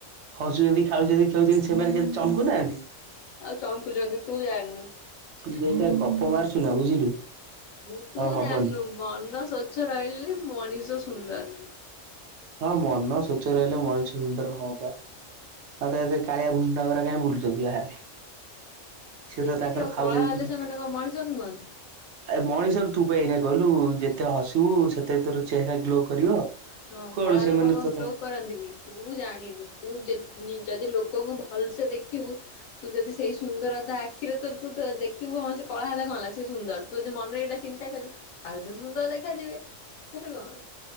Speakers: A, on the right; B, on the left.
A: ହସୁଚନ୍ତି ଖାଉଚନ୍ତି ଖେଳୁଚନ୍ତି ସେମାନେ କେତେ ଚମ୍କୁ ନାହାନ୍ତି।।
B: ଆଉ ଚମ୍କୁଚନ୍ତି ତୁ ଜାଣିନୁ।
A: ତୁ ଏମିତିକା ଗପ ମାରୁଚୁ ନା ବୁଝିଲୁ।
B: ମୁଁ ତୁ
A: ଆଉ ହବନି।
B: ଜାଣିନୁ ମନ ସ୍ଵଚ୍ଛ ରହିଲେ ମଣିଷ ସୁନ୍ଦର୍।
A: ହଁ ମନ ସ୍ୱଚ୍ଛ ରହିଲେ ମଣିଷ ସୁନ୍ଦର ହଁ ପା। ଆଉ ତାହେଲେ କାଳିଆ ଭୁସୁଣ୍ଡା ଗୁରା କାଇଁ ବୁଲୁଚନ୍ତି ବାହାରେ। ସେ
B: ସେମିତି
A: ତ ତାଙ୍କର
B: ଆଉ
A: ଖାଉଛନ୍ତି
B: କଳା ହେଲେ
A: ପିଉଛନ୍ତି
B: ସେମାନେ କଣ ମଣିଷ ନୁହଁନ୍ତି।
A: ଏ ମଣିଷ ତୁ ପା ଏଇନା କହିଲୁ ଯେତେ ହସିବୁ ସେତେ ତୋର ଚେହେରା ଗ୍ଲୋ କରିବ।
B: ହଁ
A: କୁଆଡୁ
B: କଳା
A: ସେମାନେ
B: ଲୋକ କଣ
A: ତ
B: ଗ୍ଲୋ
A: ତା
B: କରନ୍ତିନି। ତୁ ଜାଣିନୁ ତୁ ଯେତ୍ ନି ଯଦି ଲୋକଙ୍କୁ ଭଲସେ ଦେଖିବୁ। ତୁ ଯଦି ସେଇ ସୁନ୍ଦରତା ଆଖିରେ ତୋର ତୁ ତ ଦେଖିବୁ ହଁ ସେ। କଳା ହେଲେ କଣ ହେଲା ସିଏ ସୁନ୍ଦର ତୁ ଯଦି ମନେରେ ଏଇଟା ଚିନ୍ତା କରିବୁ। ଆଉ ସେ ସୁନ୍ଦର୍ ଦେଖାଯିବେ ସେଥିରେ କଣ ଅଛି।